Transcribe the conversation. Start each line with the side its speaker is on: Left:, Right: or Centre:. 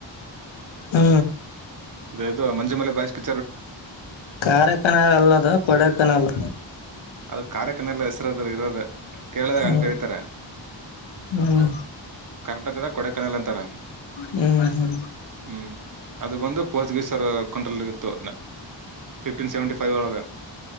Left: ಹೂ
Right: ವೇದು ಮಂಜು ಮಲೆ ಬಸ್್ತಿ
Left: ಕಾರ ಕನಾಲ್ ಅಲ್ಲದ ಕೊಡ ಕನಾಲ್
Right: ಅದು ಕಾರ್ಯಕಾನೆಲ್ಲ ಹೆಸರು ಇರೋದ ಕೇರಳದಾಗ
Left: ಹ್ಮ್
Right: ಅಂಗ ಕರೀತಾರೆ
Left: ಹ್ಮ್
Right: ಕರ್ನಾಟಕದ ಕೊಡಕನಲ್ ಅಂತಾರ
Left: ಹ್ಮ್ ಹ್ಮ್ ಹ್ಮ್
Right: ಹೂ ಅದು ಬಂದು ಪೋರ್ಚುಗೀಸ್ರು ಕಂಟ್ರಲ್ ಇತ್ತು ಫಿಫ್ಟೀನ್ ಸೆವೆಂಟಿ ಫೈವ್ ಒಳಗೆ